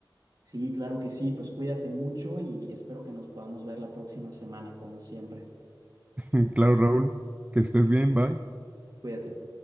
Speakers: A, on the right (about 50°); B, on the right (about 20°).
A: Sí, claro que sí, pues cuídate mucho y espero que nos podamos ver la próxima semana, como siempre.
B: <laughs> Claro, Raúl, que estés bien, bye.
A: Cuídate.